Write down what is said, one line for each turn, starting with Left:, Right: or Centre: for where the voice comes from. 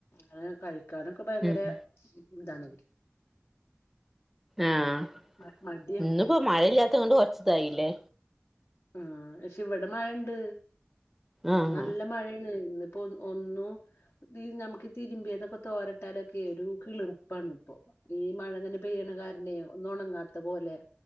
Left: അങ്ങനെ കഴിക്കാനൊക്കെ ഭയങ്കര
Centre: ഉം
Left: ഇതാണ്
Centre: ആഹ്
Left: മ മടിയാണ്
Centre: ഇന്നിപ്പോ മഴയില്ലാത്ത കൊണ്ട് കുറച്ചിതായി ല്ലേ
Left: അഹ് പക്ഷെ ഇവിടെ മഴ ഇണ്ട് ഇവിടെ
Centre: ആഹ്
Left: നല്ല മഴാണ് ഇന്ന് പോ ഓഹ് ഒന്നു ഈ നമുക്ക് തിരുമ്പിയതൊക്കെ തോരട്ടാലൊക്കെ ഒരു കിളർപ്പാണ് ഇപ്പൊ ഈ മഴങ്ങനെ പീണുകാരനെ ഒന്ന് ഉണങ്ങാത്ത പോലെ